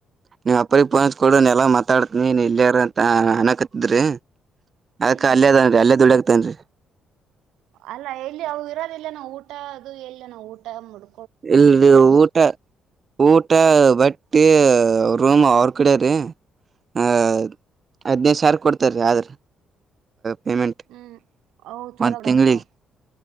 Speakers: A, on the right; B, on the right.
A: ನೀಮ್ಮ ಅಪ್ಪಜಿಗೆ ಪೋನ್ ಹಚ್ಚಿ ಕೊಡುನಾ ಎಲ್ಲಾ ಮಾತಾಡ್ತನಿ ನೀ ಇಲ್ಲಯಿರುಂತಾ ಅನಕತ್ತಿದ್ರ ರಿ ಅದಕ್ಕ
B: ಹ್ಮ್
A: ಅಲ್ಲೇದಾನ್ರಿ ಅಲ್ಲೇ ದುಡಿಯಾತ್ತಾನರಿ
B: ಅಲ್ಲ ಎಲ್ಲಿ ಅವು ಇರೋದ ಎಲ್ಲನ ಊಟ ಅದು ಎಲ್ಲಿ ನವು ಊಟ ಮೂಡ್
A: ಇಲ್ಲರಿ ಊಟಾ ಊಟಾ ಬಟ್ಟಿ ರೂಮ್ ಅವ್ರ ಕಡೆ ರೀ ಹ ಹದ್ನೈದು ಸಾವಿರ ಕೊಡ್ತಾರೀ ಆದ್ರ ಪೇಮೆಂಟ್
B: ಹು ಹೌ ಚಲೋಬಿಡಪ್ಪಾ
A: ಒಂದ್ ತಿಂಗ್ಳಿಗ್